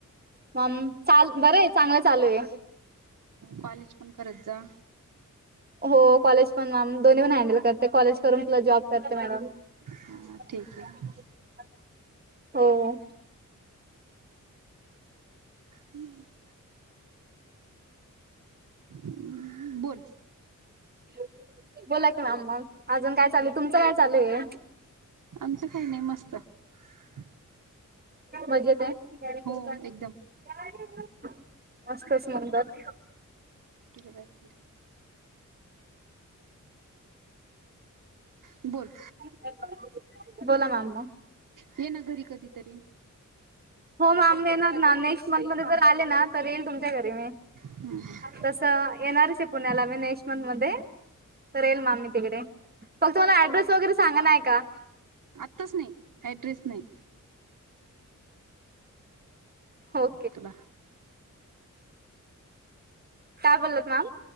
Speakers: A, on the right; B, on the right.
A: मम, चाल, बरं हाय चांगलं चालूय!
B: कॉलेज पण करत जा.
A: हो कॉलेज पण मॅम दोन्ही पण हॅंडेल करते, कॉलेज करून प्लस जॉब. करते मॅडम
B: हा
A: <unintelligible>
B: ठीक आहे
A: हो.
B: हम्म <inaudible> <inaudible> बोल
A: <inaudible> बोला कि मॅम मग अजून काय चालू? तुमच काय चालूये?
B: आमचं काही नाही मस्त. <inaudible>
A: मजेत हाय. <unintelligible>
B: हो एकदम
A: <unintelligible> असतेस म्हणून दर
B: ठीक आहे बाय. <unintelligible> <inaudible> बोल
A: <unintelligible> बोला मॅम मग.
B: येना घरी कधीतरी.
A: हो मॅम येणार ना नेक्स्ट मंथमध्ये जर आले ना, तर येईल तुमच्या घरी मी.
B: हम्म <inaudible>
A: तसं येणारच आहे पुण्याला मी नेक्स्ट मंथमध्ये. तर येईल मॅम मी तिकडे, फक्त मला ॲड्रेस वगैरे सांगा नाय का.
B: आत्ताच नाही, ॲड्रेस नाही.
A: हो.
B: तुला
A: काय बोल्लात मॅम?